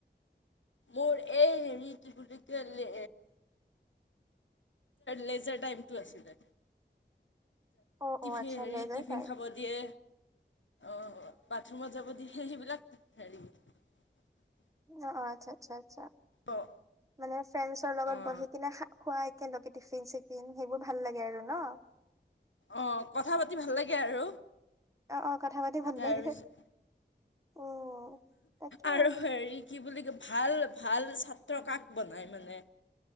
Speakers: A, on the left; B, on the right.
A: মোৰ এই হেৰি কি বুলি লে লেজাৰটাইমটো আছিলে।
B: অ',
A: টিফিন
B: অ', আচ্ছা
A: হেৰি
B: লেজাৰ
A: টিফিন
B: টাইম
A: খাব দিয়ে অ', বাথৰুমত যাব দিয়ে, সেই সেইবিলাক <unintelligible>
B: অ', আচ্ছা আচ্ছা- আচ্ছা।
A: অঁ
B: মানে ফ্ৰেণ্ডছৰ লগত
A: অঁ
B: বহি কিনে খোৱা কেনেকে টিফিন চিফিন সেইবোৰ ভাল লাগে আৰু ন।
A: অ' কথা পাতি ভাল লাগে আৰু।
B: অ' অ' কথা পাতি ভাল
A: তাৰপিছত
B: লাগে। উম, তাকে
A: আৰু হেৰি কি বুলি কয়, ভাত ভাল-ভাল ছাত্ৰ কাক বনায় মানে